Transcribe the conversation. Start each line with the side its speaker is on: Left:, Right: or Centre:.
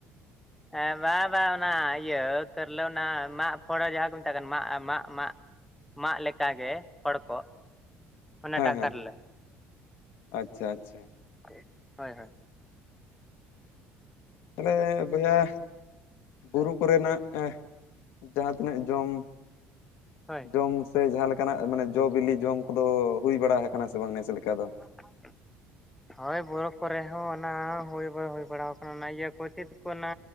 Centre: ᱦᱮᱸ ᱵᱟ ᱵᱟᱝ ᱚᱱᱟ ᱤᱭᱟᱹ ᱠᱟᱨᱞᱳ ᱚᱱᱟ ᱢᱟᱜ ᱯᱷᱚᱲᱟ ᱡᱟᱦᱟᱸ ᱠᱚ ᱢᱮᱛᱟᱜ ᱠᱟᱱᱟ ᱢᱟᱜ ᱢᱟᱜ ᱢᱟᱜ ᱢᱟᱜ ᱞᱮᱠᱟᱜ ᱜᱮ ᱦᱚᱲ ᱠᱚ ᱚᱱᱟᱴᱟᱜ
Left: ᱦᱮᱸ ᱦᱮᱸ
Centre: ᱠᱟᱨᱞᱟ
Left: ᱟᱪᱪᱷᱟ ᱟᱪᱪᱷᱟ
Centre: ᱦᱳᱭ ᱦᱳᱭ
Left: ᱛᱟᱦᱞᱮ ᱵᱚᱭᱦᱟ ᱵᱩᱨᱩ
Centre: ᱦᱳᱭ
Left: ᱠᱚᱨᱮᱱᱟᱜ ᱮ ᱡᱟᱦᱟᱸ ᱛᱤᱱᱟᱹᱜ ᱡᱚᱢ
Centre: ᱦᱳᱭ
Left: ᱡᱚᱢ ᱥᱮ ᱡᱟᱦᱟᱸ ᱞᱮᱠᱟᱱᱟᱜ ᱢᱟᱱᱮ ᱡᱚ ᱵᱤᱞᱤ ᱡᱚᱢ ᱠᱚᱫᱚ ᱦᱩᱭ ᱵᱟᱲᱟ ᱟᱠᱟᱱᱟ ᱥᱮ ᱵᱟᱝ ᱱᱮᱥ ᱞᱮᱠᱟ ᱫᱚ
Centre: <inaudible> ᱦᱳᱭ ᱵᱚᱨᱚᱯ ᱠᱚᱨᱮ ᱦᱚᱸ ᱚᱱᱟ ᱦᱩᱭ ᱵᱟ ᱦᱩᱭ ᱵᱟᱲᱟᱣ ᱟᱠᱟᱱᱟ ᱚᱱᱟ ᱤᱭᱟᱹ ᱠᱚ ᱪᱮᱫ ᱠᱚ ᱚᱱᱟ